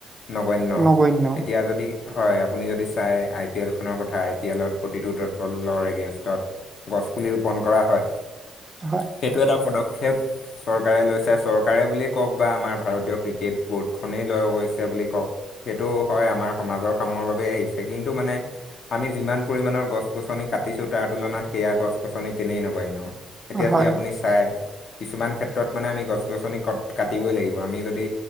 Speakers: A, on the left (about 60°); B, on the right (about 20°).
A: নগন্য,
B: নগন্য।
A: এতিয়া যদি হয় আপুনি যদি চাই আই পি এল খনৰ কথা, আই পি এলত প্ৰতিটো দট বলৰ এগেইনষ্টত গছপুলি ৰোপণ কৰা হয়।
B: হয়,
A: সেইটো এটা পদক্ষেপ চৰকাৰে লৈছে, চৰকাৰে বুলিয়েই কওক বা আমাৰ ভাৰতীয় ক্ৰিকেট বোৰ্ডখনেই লৈ গৈছে বুলি কওক। সেইটো হয় আমাৰ সমাজৰ কামৰ বাবেই আহিছে, কিন্তু মানে আমি যিমান পৰিমাণৰ গছ গছনি কাটিছোঁ তাৰ তুলনাত সেয়া গছ গছনি তেনেই নগণ্য। এতিয়া
B: হয়,
A: যদি আপুনি চাই কিছুমান ক্ষেত্ৰত মানে আমি গছ গছনি ক কাটিবই লাগিব আমি যদি